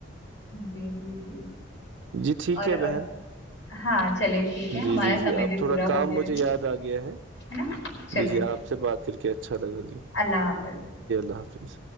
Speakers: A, on the left; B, on the right.
A: جی جی جی
B: جی ٹھیک
A: اور
B: ہے
A: اور
B: بہن
A: ہاں چلے ٹھیک ہے
B: جی
A: ہمارا
B: جی جی
A: سمے
B: اب
A: بھی
B: تھوڑا
A: پورا
B: کام
A: ہو گیا
B: مجھے
A: ہے
B: یاد آ گیا ہے
A: نا چلے
B: جی جی آپ سے بات کر کے اچھا لگا جی
A: اللہ حافظ
B: الدلہ حافظ